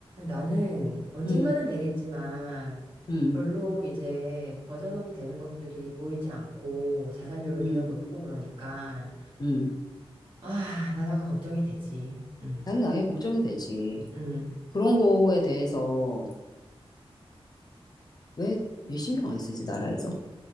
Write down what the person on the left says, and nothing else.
음,
음,
음,
음.
당연히 나의 걱정이 되지.
그런 거에 대해서, 왜, 왜 신경 안 쓰지, 나라에서?